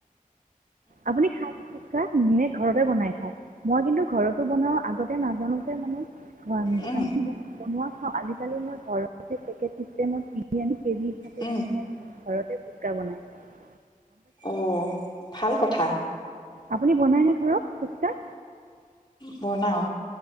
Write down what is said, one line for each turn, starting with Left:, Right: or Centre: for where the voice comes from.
Right: আপুনি খাই? নি ঘৰতে বনাই খা মই কিন্তু ঘৰতো বনাও আগতে নাজানো যে মানে। ঘৰ- দোকানত
Left: উম
Right: বন- বনোৱা আজিকালি মই ঘৰতে পেকেট চিষ্টেমত কিনি আনি কেজি ঘৰতে
Left: উম
Right: ফুচকাৰ বনাইছোঁ।
Left: অহ' ভাল কথা।
Right: আপুনি বনায় নে ঘৰত ফুচকা
Left: বনাওঁ।